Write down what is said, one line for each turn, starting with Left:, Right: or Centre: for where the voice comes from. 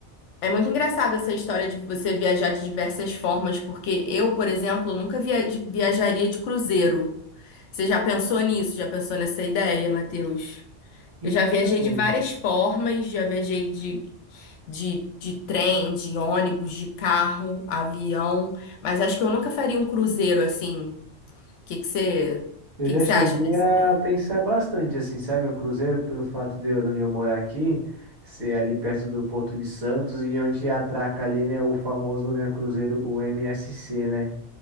Left: é muito engraçado essa história de você viajar de diversas formas, porque eu, por exemplo, nunca via- viajaria de cruzeiro. Você já pensou nisso? Já pensou nessa ideia, Matheus?
Right: Então,
Left: Eu já viajei de várias formas, já viajei de, de, de trem, de ônibus, de carro, avião, mas acho que eu nunca faria um cruzeiro assim. O que que você,
Right: eu
Left: que
Right: já
Left: que
Right: cheguei
Left: você acha dessa
Right: a
Left: ideia?
Right: pensar bastante, assim, sabe? O cruzeiro, pelo fato de eu, de onde eu morar aqui, ser ali perto do Porto de Santos e onde atraca ali, né, o famoso, né, cruzeiro, o MSC, né?